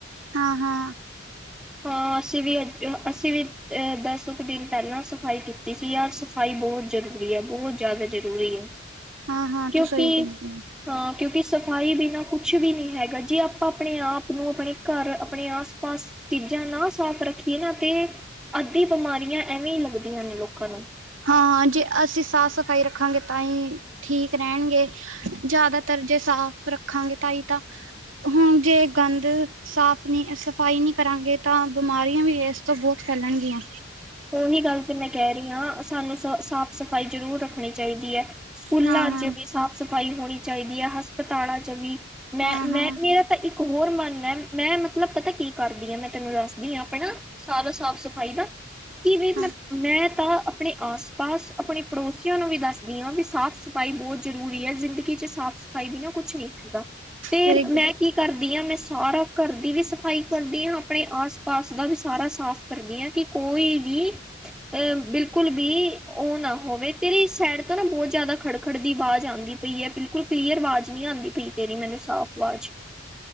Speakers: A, on the right; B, in the centre.
A: ਹਾਂ-ਹਾਂ।
B: ਹਾਂ ਅਸੀਂ ਵੀ ਅੱਜ ਅਸੀਂ ਵੀ ਅਹ ਦਸ ਕੁ ਦਿਨ ਪਹਿਲਾਂ ਸਫ਼ਾਈ ਕੀਤੀ ਸੀ ਯਾਰ ਸ ਸਫਾਈ ਬਹੁਤ ਜ਼ਰੂਰੀ ਹੈ ਬਹੁਤ ਜ਼ਿਆਦਾ ਜ਼ਰੂਰੀ ਹੈ
A: ਹਾਂ ਹਾਂ
B: ਕਿਉਂਕਿ
A: ਤੂੰ ਸਹੀ ਕਹਿੰਦੀ ਪਈ ਏ।
B: ਹਾਂ ਕਿਉਂਕਿ ਸਫ਼ਾਈ ਬਿਨਾਂ ਕੁਛ ਵੀ ਨਹੀਂ ਹੈਗਾ ਜੇ ਆਪਾਂ ਆਪਣੇ ਆਪ ਨੂੰ ਆਪਣੇ ਘਰ ਆਪਣੇ ਆਸ-ਪਾਸ ਚੀਜ਼ਾਂ ਨਾ ਸਾਫ਼ ਰੱਖੀਏ ਨਾ ਤੇ, ਅੱਧੀ ਬਿਮਾਰੀਆਂ ਐਵੇਂ ਹੀ ਲੱਗਦੀਆਂ ਨੇ ਲੋਕਾਂ ਨੂੰ।
A: ਹਾਂ-ਹਾਂ ਜੇ ਅਸੀਂ ਸਾਫ਼ ਸਫ਼ਾਈ ਰੱਖਾਂਗੇ ਤਾਂ ਹੀ, ਠੀਕ ਰਹਿਣਗੇ। ਜ਼ਿਆਦਾਤਰ ਜੇ ਸਾਫ਼ ਰੱਖਾਂਗੇ ਤਾਂਈ ਤਾਂ, ਹੁਣ ਜੇ ਗੰਦ ਸਾਫ ਨਹੀਂ ਸਫਾਈ ਨਹੀਂ ਕਰਾਂਗੇ ਤਾਂ ਬਿਮਾਰੀਆਂ ਵੀ ਇਸ ਤੋਂ ਬਹੁਤ ਫੈਲਣਗੀਆਂ।
B: ਉਹੀ ਗੱਲ ਤੇ ਮੈਂ ਕਹਿ ਰਹੀ ਹਾਂ ਸਾਨੂੰ ਸ ਸਾਫ਼ ਸਫ਼ਾਈ ਜ਼ਰੂਰ ਰੱਖਣੀ ਚਾਹੀਦੀ ਐ। ਸਕੂਲਾਂ
A: ਹਾਂ ਹਾਂ
B: ਚ ਵੀ ਸਾਫ਼-ਸਫ਼ਾਈ ਹੋਣੀ ਚਾਹੀਦੀ ਹੈ ਹਸਪਤਾਲਾਂ ਚ ਵੀ। ਮੈਂ
A: ਹਾਂ
B: ਮੈਂ
A: ਹਾਂ
B: ਮੇਰਾ ਤਾਂ ਇ ਇੱਕਬਹੋਰ ਮਨ ਹੈ ਮੈਂ ਮਤਲਬ ਪਤਾ ਕੀ ਕਰਦੀ ਹਾਂ ਮੈਂ ਤੈਨੂੰ ਦੱਸਦੀ ਹਾਂ ਆਪਣਾ। ਸਾਰਾ ਸਾਫ਼-ਸਫ਼ਾਈ ਦਾ, ਕੀ ਵੀ ਮੇ
A: ਹਾਂ
B: ਮੈਂ ਤਾਂ ਆਪਣੇ ਆਸ-ਪਾਸ, ਆਪਣੇ ਪੜੋਸੀਆਂ ਨੂੰ ਵੀ ਦੱਸਦੀ ਹਾਂ ਵੀ ਸਾਫ਼-ਸਫ਼ਾਈ ਬਹੁਤ ਜਰੂਰੀ ਹੈ ਜ਼ਿੰਦਗੀ ਚ ਸਾਫ਼ ਸਫਾਈ ਬਿਨਾ ਕੁਛ ਨੀ ਹੁੰਦਾ, ਤੇ
A: ਤੇਰੀ
B: ਮੈਂ
A: ਗ
B: ਕੀ ਕਰਦੀ ਹਾਂ ਮੈਂ ਸਾਰਾ ਘਰ ਦੀ ਵੀ ਸਫ਼ਾਈ ਕਰਦੀ ਹਾਂ ਆਪਣੇ ਆਸ-ਪਾਸ ਦਾ ਵੀ ਸਾਰਾ ਸਾਫ਼ ਕਰਦੀ ਹਾਂ ਕਿ ਕੋਈ ਵੀ ਅਹ ਬਿਲਕੁਲ ਵੀ ਉਹ ਨਾ ਹੋਵੇ ਤੇਰੀ ਸੈਡ ਤੋਂ ਨਾ ਬਹੁਤ ਜ਼ਿਆਦਾ ਖੜ-ਖੜ ਦੀ ਆਵਾਜ਼ ਆਉਂਦੀ ਪਈ ਏ ਬਿਲਕੁਲ ਕਲੀਅਰ ਆਵਾਜ਼ ਨਹੀਂ ਆਂਦੀ ਪਈ ਤੇਰੀ ਮੈਨੂੰ ਸਾਫ਼ ਆਵਾਜ਼।